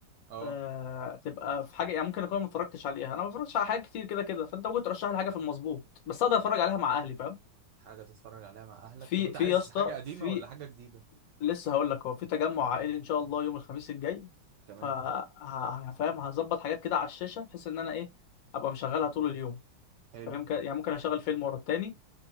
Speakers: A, on the right; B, on the left.
A: اه
B: آه... تبقى في حاجة يعني ممكن أكون ما اتفرجتش عليها أنا ما اتفرجتش على حاجات كتير كده كده فأنت ممكن ترشح لي حاجة في المظبوط بس أقدر أتفرج عليها مع أهلي فاهم؟
A: حاجه تتفرج عليها مع اهلك
B: في
A: طب انت
B: في
A: عايز
B: يا اسطى
A: حاجه قديمه
B: في
A: ولا حاجه جديده
B: لسه هقول لك هو في تجمع عائلي إن شاء الله يوم الخميس الجاي
A: تمام
B: ف ه- فاهم هظبط حاجات كده على الشاشة بحيث إن أنا إيه أبقى مشغلها طول اليوم
A: حلو
B: فاهم ك- يعني ممكن أشغل فيلم ورا التاني